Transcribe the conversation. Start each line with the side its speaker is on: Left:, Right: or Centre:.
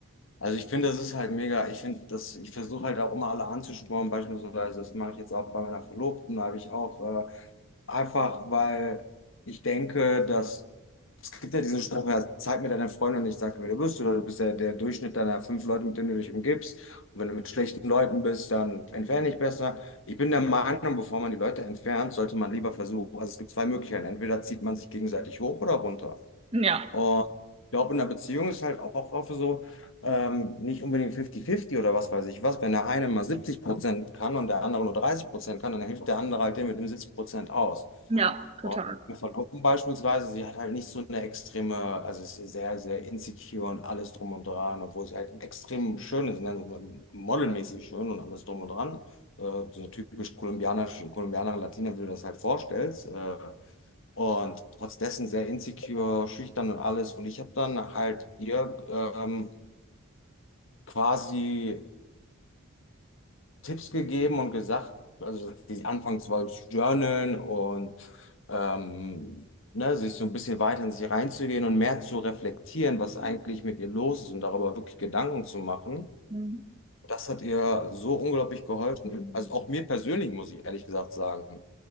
Left: also ich finde, das ist halt mega. Ich finde, das, ich versuche halt auch immer alle anzuspornen, beispielsweise, das mache ich jetzt auch bei meiner Verlobten, da habe ich auch äh, einfach, weil ich denke, dass Es gibt ja diesen Spruch, ja, zeig mir deine Freunde und ich sage, wer du bist, oder du bist ja der Durchschnitt deiner fünf Leute, mit denen du dich umgibst. Und wenn du mit schlechten Leuten bist, dann entferne dich besser. Ich bin der Meinung, bevor man die Leute entfernt, sollte man lieber versuchen. Also es gibt zwei Möglichkeiten. Entweder zieht man sich gegenseitig hoch oder runter.
Right: Ja,
Left: Und ich glaube, in einer Beziehung ist halt auch oft so, ähm, nicht unbedingt 50-50 oder was weiß ich was. Wenn der eine mal 70 Prozent kann und der andere nur 30 Prozent kann, dann hilft der andere halt dem mit dem 70 Prozent aus.
Right: ja, total.
Left: Und meine Verlobten beispielsweise, sie hat halt nicht so eine extreme, also ist sehr, sehr insecure und alles drum und dran, obwohl sie halt extrem schön ist, ne? Also modelmäßig schön und alles drum und dran. Äh, so typisch kolumbianische, Kolumbianer, Latina, wie du das halt vorstellst. Äh, und trotz dessen sehr insecure, schüchtern und alles. Und ich habe dann halt ihr ähm, quasi Tipps gegeben und gesagt, also sie anfangs wollte journalen und ähm, ne, sich so ein bisschen weiter in sich reinzugehen und mehr zu reflektieren, was eigentlich mit ihr los ist und darüber wirklich Gedanken zu machen.
Right: Mhm.
Left: Das hat ihr so unglaublich geholfen. Also auch mir persönlich, muss ich ehrlich gesagt sagen.